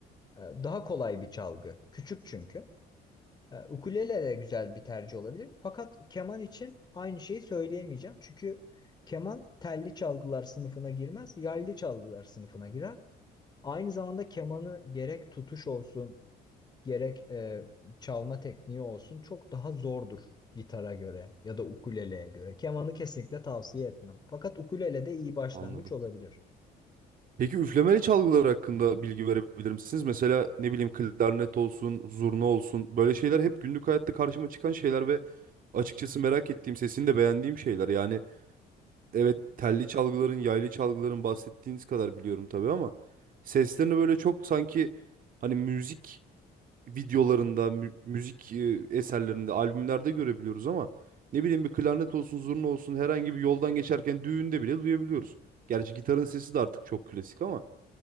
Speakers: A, on the left; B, on the right.
A: E, Daha kolay bir çalgı. Küçük çünkü. E, Ukulele de güzel bir tercih olabilir. Fakat keman için aynı şeyi söyleyemeyeceğim. Çünkü keman telli çalgılar sınıfına girmez, yaylı çalgılar sınıfına girer. Aynı zamanda kemanı gerek tutuş olsun, gerek e, çalma tekniği olsun çok daha zordur gitara göre ya da ukuleleye göre. Kemanı kesinlikle tavsiye etmem. Fakat ukulele de iyi başlangıç
B: Anladım.
A: olabilir.
B: Peki üflemeli çalgılar hakkında bilgi verebilir misiniz? Mesela ne bileyim klarnet olsun, zurna olsun böyle şeyler hep günlük hayatta karşıma çıkan şeyler ve açıkçası merak ettiğim, sesini de beğendiğim şeyler. Yani evet telli çalgıların, yaylı çalgıların bahsettiğiniz kadar biliyorum tabii ama seslerini böyle çok sanki hani müzik videolarında, mü- müzik e, eserlerinde, albümlerde görebiliyoruz ama ne bileyim bir klarnet olsun, zurna olsun herhangi bir yoldan geçerken düğünde bile duyabiliyoruz. Gerçi gitarın sesi de artık çok klasik ama